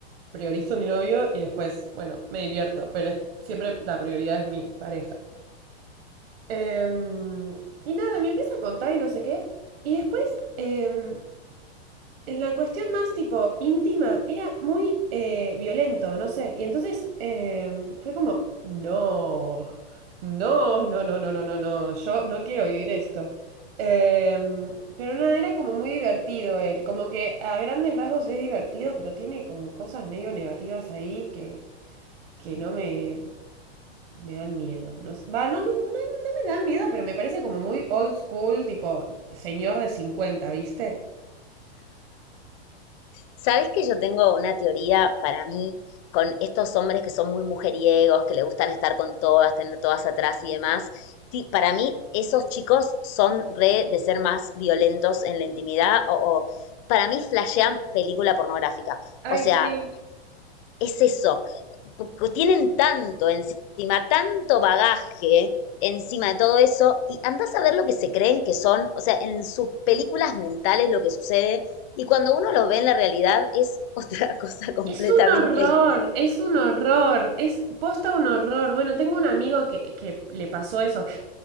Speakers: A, on the right; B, on the left.
A: priorizo a mi novio y después, bueno, me divierto, pero es- siempre la prioridad es mi pareja. Em, y nada, me empieza a contar y no sé qué. Y después, em, en la cuestión más tipo íntima, era muy eh, violento, no sé. Y entonces em, fue como, no, no, no, no, no, no, no, no, yo no quiero vivir esto. Em, pero nada, era como muy divertido él, como que a grandes rasgos es divertido, pero tiene como cosas medio negativas ahí que que no me, me dan miedo. No, s- va, no, no, no, no me dan miedo, pero me parece como muy old school, tipo señor de cincuenta ¿viste?
B: Sabes que yo tengo una teoría para mí con estos hombres que son muy mujeriegos, que le gustan estar con todas, tener todas atrás y demás. Ti- Para mí, esos chicos son re de ser más violentos en la intimidad o, o para mí flashean película pornográfica.
A: Ay,
B: O sea,
A: sí.
B: es eso tienen tanto encima, tanto bagaje encima de todo eso, y andás a ver lo que se creen que son, o sea, en sus películas mentales lo que sucede, y cuando uno los ve en la realidad es <laughs> otra cosa completamente
A: Es un horror, es un horror, es posta un horror. Bueno, tengo un amigo que, que le pasó eso. que-